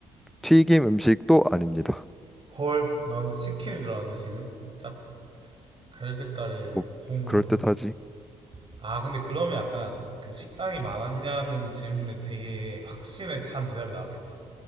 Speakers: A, in the centre; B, on the right.
A: 튀김 음식도 아닙니다.
B: 헐, 나 완전 치킨인 줄 알았는데 지금 딱 갈색깔에
A: 뭐,
B: 국물
A: 그럴듯하지.
B: 없는. 아, 근데 그러면 약간 그 식당이 많았냐는 질문에 되게 확신에 찬 대답이 나왔겠다.